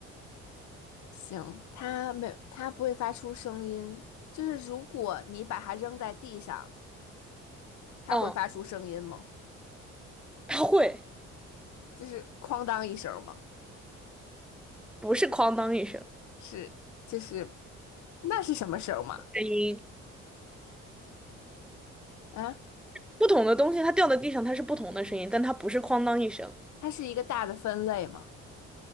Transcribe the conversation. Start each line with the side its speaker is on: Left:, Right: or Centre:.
Left: 行，它没，它不会发出声音。就是如果你把它扔在地上，它会发出声音吗？
Centre: 嗯，它会，
Left: 就是哐当一声吗？
Centre: 不是哐当一声
Left: 是，就是那是什么声吗？
Centre: 声音。
Left: 啊？
Centre: 不同的东西，它掉在地上，它是不同的声音，但它不是哐当一声。
Left: 它是一个大的分类嘛？